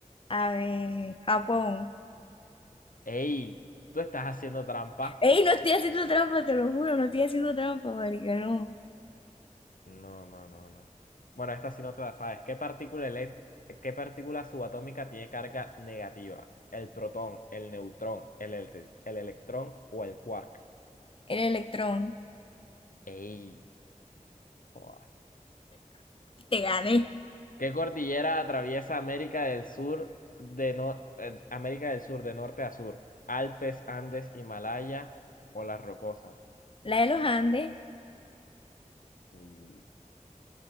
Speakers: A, on the left; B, on the left.
A: A ver, Japón.
B: Ey, tú estás haciendo trampa.
A: Ey, no estoy haciendo trampa, te lo juro, no estoy haciendo trampa, marica, no.
B: No, no, no, no. Bueno, esta sí no te la sabes. ¿Qué partícula, ele- qué partícula subatómica tiene carga negativa? ¿El protón, el neutrón, el, ele- el electrón o el quark?
A: El electrón.
B: ¡Ey! joda.
A: Te gané.
B: ¿Qué cordillera atraviesa América del Sur de no- eh, América del Sur de norte a sur? ¿Alpes, Andes, Himalaya o las Rocosas?
A: La de los Andes,
B: Ey,